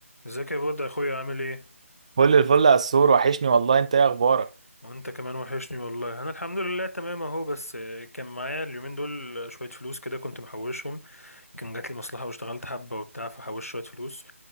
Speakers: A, on the left; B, on the right.
A: ازيك يا بود يا اخويا عامل ايه
B: فل الفل يا السور وحشني والله انت ايه اخبارك
A: وانت كمان وحشني والله انا الحمد لله تمام اهو بس كان معايا اليومين دول شويه فلوس كده كنت محوشهم كان جات لي مصلحه واشتغلت حبه وبتاع فحوشت شويه فلوس